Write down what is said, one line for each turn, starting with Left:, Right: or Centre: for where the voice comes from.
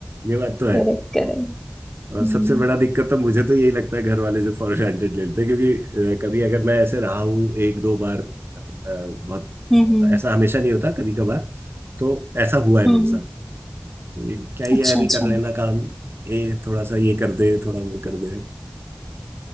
Right: ये बात तो है
Centre: correct Hmm
Right: और सबसे बड़ा दिक्कत तो मुझे तो यही लगता है घर वाले जो फॉर ग्रांटेड ले लेते हैं क्योंकि अ, कभी अगर मैं ऐसे रहा हूँ एक दो बार अ, बहुत
Centre: hmm
Right: ऐसा हमेशा नहीं होता कभी कभार तो ऐसा हुआ है
Centre: hmm
Right: मेरे साथ ये क्या ही
Centre: अच्छा
Right: है अभी
Centre: अच्छा
Right: कर लेना काम ये थोड़ा सा ये कर दे थोड़ा वो कर दे